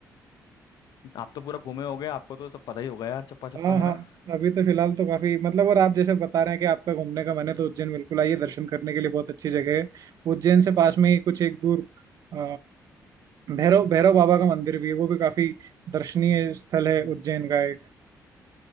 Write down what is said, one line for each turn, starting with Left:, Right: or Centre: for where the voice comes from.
Left: आप तो पूरा घूमे होगे आपको तो सब पता ही होगा यार चप्पा चप्पा
Right: हाँ
Left: है
Right: हाँ
Left: ना
Right: अभी तो फिलहाल तो काफी मतलब और आप जैसे बता रहे हैं कि आपका घूमने का मन है तो उज्जैन बिल्कुल आइए दर्शन करने के लिए बहुत अच्छी जगह है उज्जैन से पास में ही कुछ एक दूर अ, भैरव भैरव बाबा का मंदिर भी है वो भी काफी दर्शनीय स्थल है उज्जैन का एक